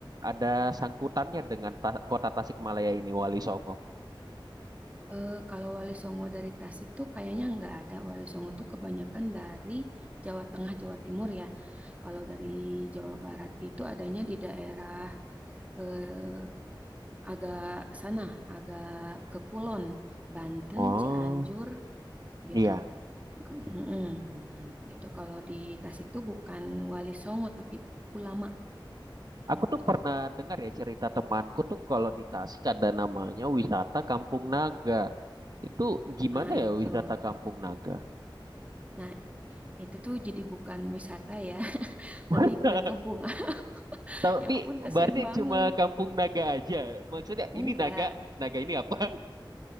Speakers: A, on the right; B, on the right.
A: Ada sangkutannya dengan ta- kota Tasikmalaya ini Wali Songo.
B: Eh, kalau Wali Songo dari Tasik tuh kayaknya nggak ada. Wali Songo tuh kebanyakan dari Jawa Tengah, Jawa Timur ya. Kalau dari Jawa Barat itu adanya di daerah eh, agak sana, agak ke Kulon, Banten,
A: Oh,
B: Cianjur gitu.
A: iya.
B: Ke- Mm-mm.
A: Hmm,
B: Gitu. Kalau di Tasik tuh bukan Wali Songo tapi ulama
A: Aku
B: gitu.
A: tuh pernah dengar ya cerita temanku tuh kalau di Tasik ada namanya wisata Kampung Naga. Itu gimana
B: Ah itu.
A: ya wisata Kampung Naga?
B: Nah, itu tuh jadi bukan wisata ya, <laughs>
A: <laughs>
B: lebih ke kampung. <laughs>
A: Tapi
B: Ya ampun,
A: berarti
B: kasihan banget.
A: cuma kampung naga aja. Maksudnya ini
B: Enggak.
A: naga, naga ini apa?